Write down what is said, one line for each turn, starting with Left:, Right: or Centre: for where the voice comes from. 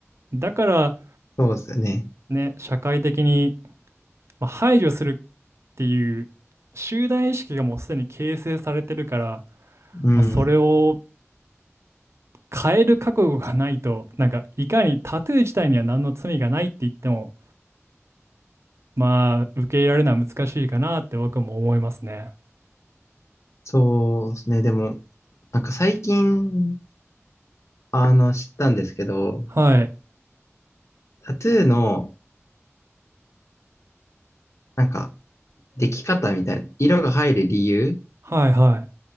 Right: だから
Left: そうですよね。
Right: ね社会的にまあ、排除するっていう集団意識がもうすでに形成されてるから、
Left: うん。
Right: まあ、それを変える覚悟がないと、なんかいかにタトゥー自体には何の罪がないって言っても、まあ受け入れられるのは難しいかなって僕も思いますね。
Left: そうですね。でも、なんか最近、あの、知ったんですけど、
Right: はい。
Left: タトゥーの、なんか、でき方みたいな、色が入る理由
Right: はいはい。